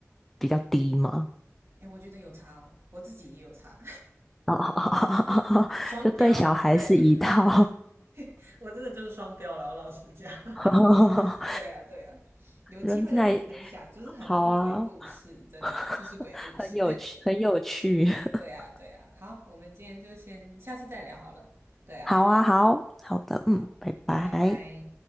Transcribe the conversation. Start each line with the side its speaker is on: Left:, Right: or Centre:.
Centre: 比较低吗？
Right: 哎，我觉得有差哦，我自己也有差，
Centre: <laughs>
Right: <laughs> 双标。
Centre: 就对小孩是一套，
Right: 对 <laughs> 我真的就是双标了，我老实讲。
Centre: <laughs>
Right: <laughs> 对啊，对啊，有机会再跟你分享，
Centre: 人奶
Right: 就是很多鬼故事，
Centre: 好啊，
Right: 真的就是鬼故事。
Centre: <laughs> 很有趣，很有趣。
Right: <laughs>
Centre: <laughs>
Right: 对啊，对啊。好，我们今天就先下次再聊好了。对啊，
Centre: 好啊，好好的，嗯，
Right: 好，
Centre: 拜拜。
Right: 好，拜拜。